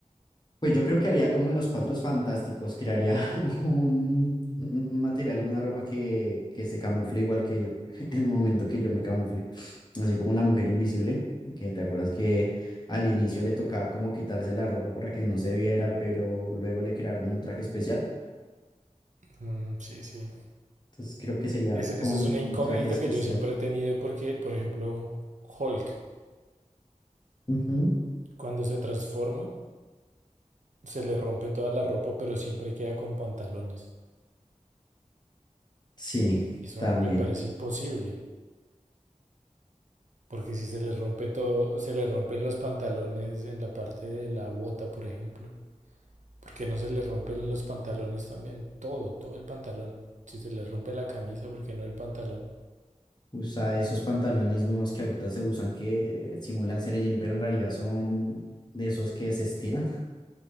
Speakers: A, on the left; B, on the right.
A: Pues yo creo que haría como en los Cuatro Fantásticos, crearía <laughs> un, un- un material, una ropa que, que se camufle igual que yo, <laughs> en el momento que yo me camufle. Así como la mujer invisible, que te acuerdas que al inicio le tocaba como quitarse la ropa para que no se viera, pero luego le crearon un traje especial.
B: Mm, sí, sí.
A: Entonces creo que sería
B: Ese-
A: con
B: Esa es una incógnita
A: un traje especial.
B: que yo siempre he tenido porque, por ejemplo, Hulk.
A: Ujú.
B: Cuando se transforma, se le rompe toda la ropa, pero siempre queda con pantalones.
A: Sí,
B: Eso
A: también.
B: me parece imposible, porque si se le rompe todo, se le rompen los pantalones en la parte de la bota, por ejemplo. ¿Por qué no se le rompen los pantalones también? Todo, todo el pantalón. Si se le rompe la camisa, ¿por qué no el pantalón?
A: Usa esos pantalones nuevos que ahorita se usan que eh, simulan ser jean, pero en realidad son de esos que se estiran, <laughs>